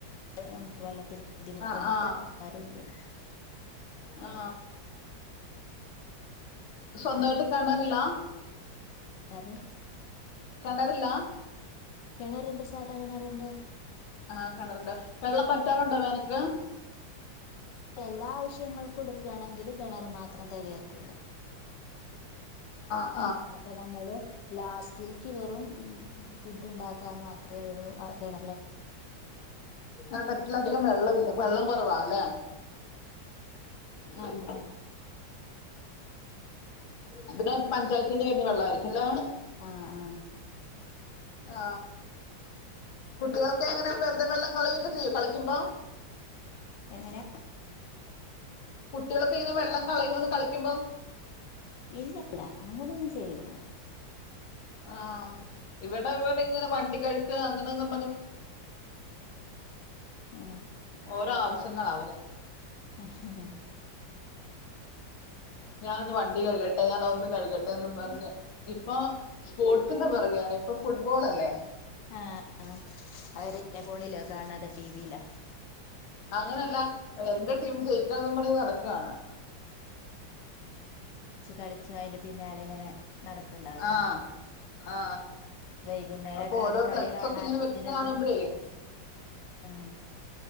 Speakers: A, on the left; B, on the left.
A: നമുക്ക് വെള്ളത്തിന് ബുദ്ധിമുട്ടൊന്നും
B: ആ ആ
A: ഇപ്പ അറില്ല
B: ആ സ്വന്തമായിട്ട് കെണറില്ല
A: ആറ്
B: കണറില്ല
A: കെണർണ്ട് സാധാ കെണർണ്ട്
B: ആ കിണറുണ്ട് വെള്ളം വറ്റാറുണ്ടോ വേനൽക്ക്
A: എല്ലാ ആവശ്യങ്ങള് കൊടുക്കുകയാണെങ്കില് കിണറ് മാത്രം തികയത്തില്ല
B: ആ
A: അപ്പൊ നമ്മള് ലാസ്റ്റിലേക്ക് വെറും ഫുഡ് ഉണ്ടാക്കാൻ മാത്രമേ ഉള്ളൂ അ കിണ
B: അറ്റിലധികം വെള്ള ഇല്ല വെള്ളം കുറവാ അല്ലേ ആണോ അതിന് പഞ്ചായത്തിൽ വരുന്ന വെള്ളമായിരിക്കല്ലോ
A: ആ ആ
B: ആ കുട്ടികൾക്കെ എങ്ങനെ വെറുതെ വെള്ളം കളിയൊക്കെ ചെയ്യോ കളിക്കുമ്പോ
A: എങ്ങനെ
B: കുട്ടികളൊക്കെ ഇങ്ങനെ വെള്ളം കളയുമന്ന് കളിക്കുമ്പം
A: ഇല്ലയില്ല അങ്ങനൊന്നും ചെയ്യൂല
B: ആ ഇവടെ ഇവർടെയിങ്ങനെ വണ്ടികഴുക്ക് അങ്ങനെന്നും.
A: ആ
B: ഓരോആവശ്യങ്ങളാ അവന്
A: ആഹ്ഹ്ആ
B: ഞാൻന്ന് വണ്ടി കഴുകട്ടെ ഞാനൊന്നു കഴുകട്ടേന്നും പറഞ്ഞ് ഇപ്പോ സ്പോർട്സിന്റി പുറകെ ഇപ്പോ ഫുട്ബോളല്ലേ
A: ആ ആ അവരെ <inaudible> ഫോണിലോ കാണ്ആ അതോ ടീവീലാ
B: നിങ്ങളെന്താ അല്ല എൻ്റെ ടീം ജയിക്കാന്നും പറഞ്ഞ് നടക്കാണ്
A: കളിച്ചായ്ൻ്റും പിന്നാലഞ്ഞ്ഞാനെ നടക്ക്ൺണ്ടാവും
B: ആ
A: ഇല്ലേ
B: ആ
A: വൈകുന്നേരെക്കെ
B: അപ്പൊ
A: അവര്
B: ഓരോ
A: കളികാണാന്ജ്
B: ഫ്ലെക്സ് ഒക്കെ ഇങ്ങനെ വെച്ച് കാണുമ്പോഴേ
A: <unintelligible>